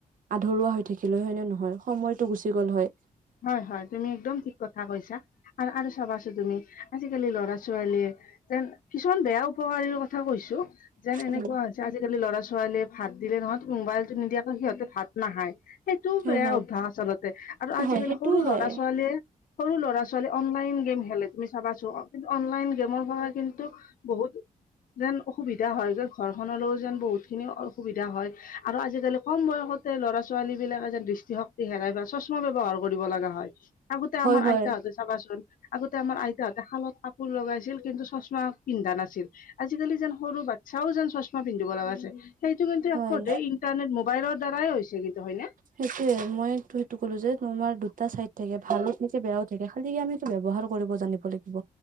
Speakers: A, on the right; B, on the left.
A: আধৰুৱা হৈ থাকিলে হয় নে নহয়? সময়তটো গুচি গ'ল হয়।
B: হয়, হয় তুমি একদম ঠিক কথা কৈছা। আৰ আৰু চাবাচোন তুমি আজিকালি ল'ৰা ছোৱালীয়ে যেন কিছুমান বেয়া উপকাৰীৰ কথা কৈছো, যেন এনেকুৱা
A: উম
B: হৈছে, আজিকালি ল'ৰা ছোৱালীয়ে ভাত দিলে নহয়, মোবাইলতটো নিদিয়াকৈ সিহঁতে ভাত নাখায়। সেইটোও
A: হয়
B: বেয়া
A: হয়
B: অভ্যাস আচলতে, আৰু আজিকালি
A: হয় সেইটোও
B: সৰু ল'ৰা
A: হয়।
B: ছোৱালীয়ে সৰু ল'ৰা ছোৱালীয়ে অনলাইন গেম খেলে তুমি চাবাচো কিন্তু অনলাইন গেমৰ ৰ' কিন্তু বহুত যেন অসুবিধা হয় গৈ ঘৰখনলৌ যেন বহুত, খিনি অসুবিধা হয় আৰু আজিকালি কম বয়সতে ল'ৰা, ছোৱালী বিলাকে যেন দৃষ্টি শক্ হেৰাই বা চশমা ব্যৱহাৰ কৰিব লগা হয়। আগতে আমাৰ
A: হয় হয়
B: আইতাহঁতে চাবাচোন আগতে আমাৰ আইতাহঁতে শালত কাপোৰ লগাইছিল, কিন্তু চশমা, পিন্ধা নাছিল। আজিকালি যেন সৰু বাচ্ছাও যেন চশমা পিন্ধিব লগা হৈছে। সেইটো কিন্তু
A: হয়।
B: একপধ্যে ইণ্টাৰনেট, মোবাইলৰ দ্বাৰাই হৈছে কিন্তু হয় নে?
A: সেইটোয়ে মইটো সেইটো ক'লো যে মানুহৰ দুটা চাইড থাকে। ভালও থাকে, বেয়াও থাকে। খালি আমি ব্যৱহাৰ কৰিব জানিব লাগিব।